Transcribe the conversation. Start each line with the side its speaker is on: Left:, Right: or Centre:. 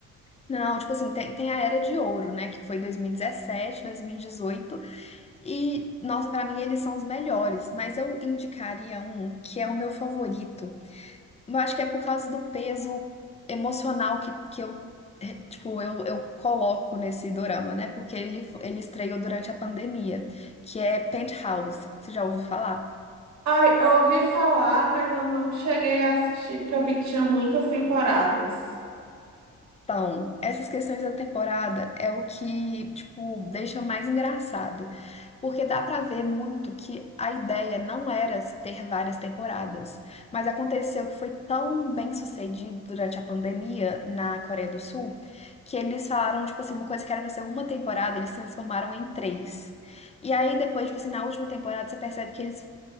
Left: Não, tipo assim, tem, tem a Era de Ouro, né? Que foi 2017, 2018. E, dezessete, dois mil e dezoito. E, nossa, pra mim eles são os melhores. Mas eu indicaria um que é o meu favorito. Eu acho que é por causa do peso emocional que, que eu, eh, tipo, eu, eu coloco nesse dorama, né? Porque ele, fo- ele estreou durante a pandemia, que é Penthouse. Você já ouviu falar?
Right: Ai, eu ouvi falar, mas eu não cheguei a assistir porque eu vi que tinha muitas temporadas.
Left: Então, essas questões da temporada é o que, tipo, deixa mais engraçado, porque dá pra ver muito que a ideia não era ter várias temporadas, mas aconteceu que foi tão bem sucedido durante a pandemia na Coreia do Sul, que eles falaram, tipo assim, uma coisa que era pra ser uma temporada, eles transformaram em três. E aí depois, tipo assim, na última temporada você percebe que eles